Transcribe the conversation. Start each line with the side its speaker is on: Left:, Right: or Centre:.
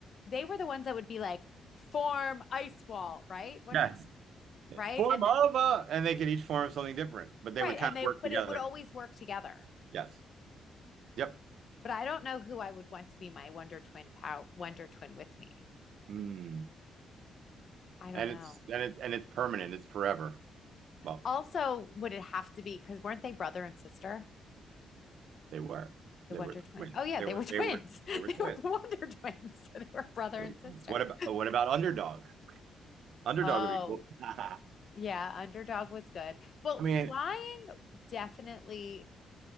Left: they were the ones that would be like form ice wall, right? When,
Right: Yes.
Left: right?
Right: Form
Left: And
Right: of
Left: then
Right: a, and they could each form something different, but they
Left: right,
Right: would
Left: and
Right: kind of
Left: they
Right: work
Left: but
Right: together.
Left: it would always work together.
Right: Yes. Yep.
Left: But I don't know who I would want to be my Wonder Twin pow Wonder Twin with me.
Right: Mm.
Left: I don't
Right: And
Left: know.
Right: it's and it's and it's permanent. It's forever. Well,
Left: Also, would it have to be because weren't they brother and sister?
Right: they were.
Left: The
Right: They
Left: Wonder
Right: were
Left: Twins?
Right: twins.
Left: Oh yeah,
Right: They
Left: they
Right: were
Left: were twins.
Right: they were
Left: <laughs> They
Right: they were twins.
Left: were the Wonder Twins. <laughs> So they were brother
Right: They were
Left: and sister.
Right: twins. What about what about underdog? Underdog
Left: Oh,
Right: would be cool. <laughs> I
Left: yeah, Underdog was good. Well,
Right: mean,
Left: flying definitely